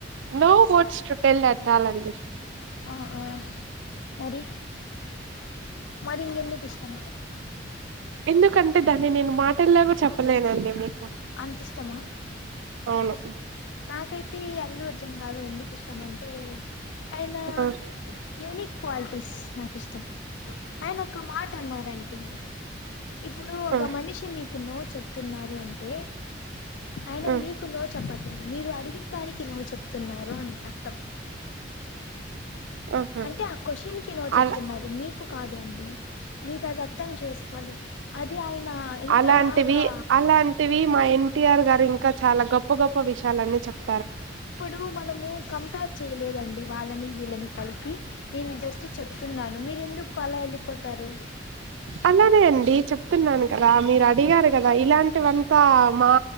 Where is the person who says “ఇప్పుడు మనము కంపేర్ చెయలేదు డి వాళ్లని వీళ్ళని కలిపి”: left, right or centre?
Left